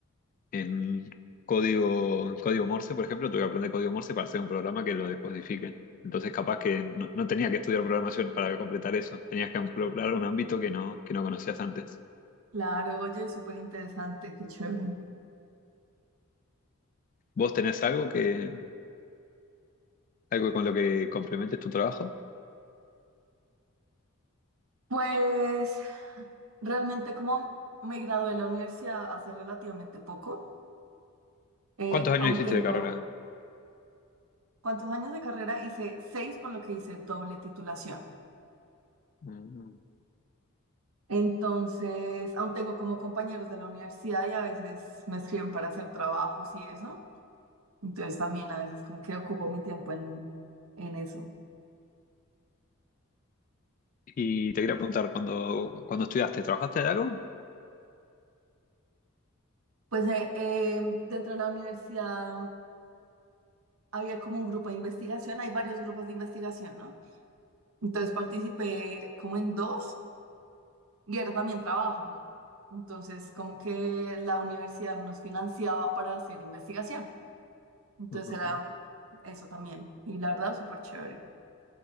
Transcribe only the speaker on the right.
Claro, oye, súper interesante, qué chévere.
Pues... Realmente como me gradué de la universidad hace relativamente poco, eh,
aún
tengo
cuántos años de carrera, hice seis, por lo que hice doble titulación.
Entonces, aún tengo como compañeros de la universidad y a veces me escriben para hacer trabajos y eso. Entonces, también a veces como que ocupo mi tiempo en, en eso.
Pues eh, eh, dentro de la universidad había como un grupo de investigación, hay varios grupos de investigación, ¿no? Entonces participé como en dos. y era también trabajo. Entonces, como que la universidad nos financiaba para hacer investigación. Entonces
era
eso también. Y la verdad, súper chévere.